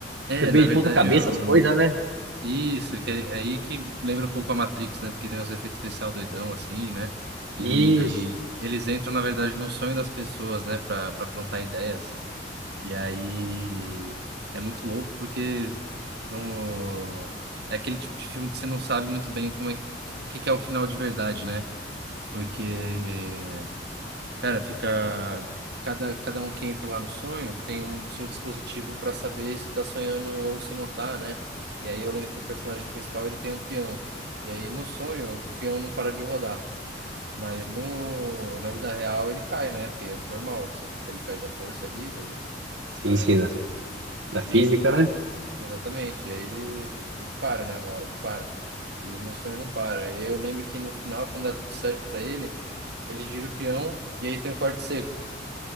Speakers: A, on the right; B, on the right.
A: É,
B: Fica meio
A: na verdade
B: de ponta cabeça
A: eu.
B: as coisas, né?
A: Isso, que é é aí
B: Hum.
A: que lembra um pouco a Matrix, né? Porque tem os efeitos especial doidão, assim, né?
B: Isso.
A: E eles entram, na verdade, no sonho das pessoas, né? Pra, pra plantar ideias. E aí é muito louco, porque no... é aquele tipo de filme que você não sabe muito bem como é... o que que é o final de verdade, né? Porque Cara, fica. Cada, cada um que entra lá no sonho tem um seu dispositivo para saber se tá sonhando ou se não tá, né? E aí eu lembro que o personagem principal ele tem um peão. E aí no sonho o peão não para de rodar. Mas no, na vida real ele cai, né? Porque é normal, você- ele perde a força ali. Do,
B: Sim,
A: a,
B: sim, da,
A: é sempre-
B: da física,
A: e não.
B: né?
A: Exatamente. E aí ele, ele para, né? Uma hora ele para. E no sonho não para. E aí eu lembro que no final, quando dá tudo certo para ele, ele gira o peão e aí tem um corte seco.